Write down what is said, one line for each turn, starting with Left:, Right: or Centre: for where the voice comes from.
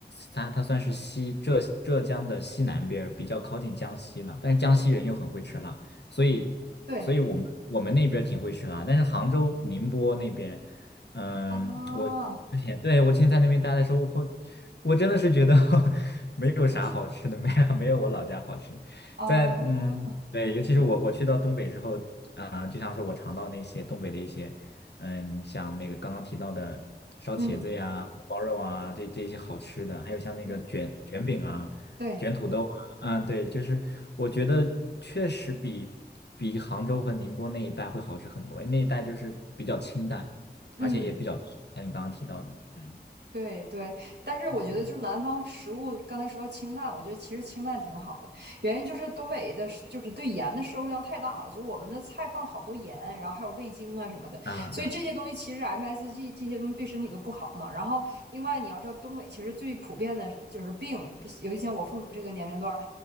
Left: 它它算是西浙浙江的西南边儿，比较靠近江西了。但是江西人又很会吃辣，所以所以我们我们那边儿挺会吃辣。
Right: 对
Left: 但是杭州、宁波那边，嗯，
Right: 啊，
Left: 我之前对我之前在那边待的时候，我会我真的是觉得 <laughs> 没有啥好吃的，
Right: 我天
Left: 没有没有我老家好吃。
Right: 啊，
Left: 在嗯，对，尤其是我我去到东北之后，啊、就像是我尝到那些东北的一些，嗯，你像那个刚刚提到的烧茄子呀、
Right: 嗯
Left: 红包肉啊，这这些好吃的，还有像那个卷卷饼啊、
Right: 嗯，对，
Left: 卷土豆啊，啊，对，就是我觉得确实比比杭州和宁波那一带会好吃很多，那一带就是比较清淡，
Right: 嗯。
Left: 而且也比较甜像你刚刚提到的嗯，
Right: 对对，但是我觉得就是南方食物，
Left: 是的，
Right: 刚才说到清淡，我觉得其实清淡挺好的，原因就是东北的是就是对盐的摄入量太大了，所以我们的菜放好多盐，然后还有味精啊什么的，
Left: 啊啊，
Right: 所以这些东西其实 MSG 这些东西对身体都不好嘛。然后另外你要知道，东北其实最普遍的就是病，尤其像我父母这个年龄段儿，